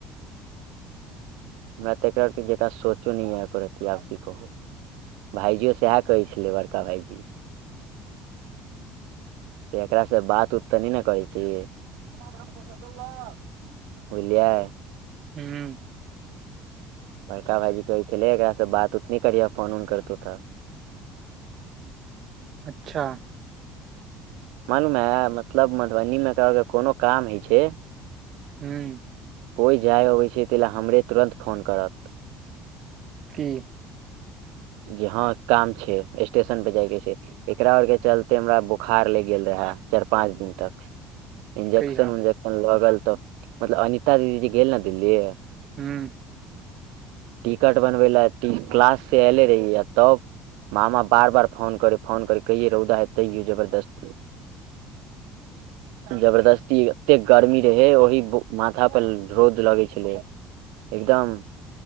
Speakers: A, on the right; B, on the right.
A: हमरा त एकरा सब जेंका सोचो नहि यै एकोरती आब की कहू। भाइजियो सएह कहै छलै बड़का भाईजी एकरासे बात उत त नै ने करै छीही। <unintelligible> बुझलियै।
B: हूं।
A: बड़का भाइजी कहै छलै एकरासे बात उत नै करिहै फोन उन करतौ तऽ।
B: अच्छा
A: मालूम है मतलब मधुबनीमे एकरा और के कोनो काम होइ छै
B: हूं
A: कोइ जाइ अबै छै ताहि ला लेल हमरे तुरन्त फोन करत।
B: की?
A: जे हँ काम छै, स्टेशन पे जायके छै। एकरा और के चलते हमरा बोखार लैग गेल रहै चारि पाँच दिन तक इंजेक्शन
B: कहिया
A: उन्जेक्शन लगल तऽ मतलब अनिता दीदी जी गेल ने दिल्ली
B: हूँ
A: टिकट बनबै लए क्लास से ऐले रही आ तब मामा बार बार फोन करै फोन करै कहियै रौउदा यहै तैयो जबर्दस्ती
B: <inaudible>
A: जबरदस्ती एते गर्मी रहे ओहि बु माथा पर रौद लगै छलै एकदम